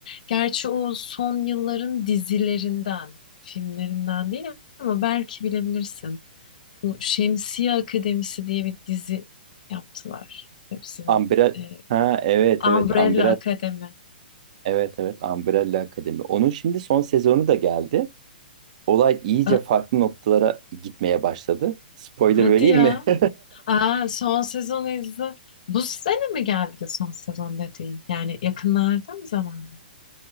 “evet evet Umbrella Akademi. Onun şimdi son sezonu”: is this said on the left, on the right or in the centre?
Right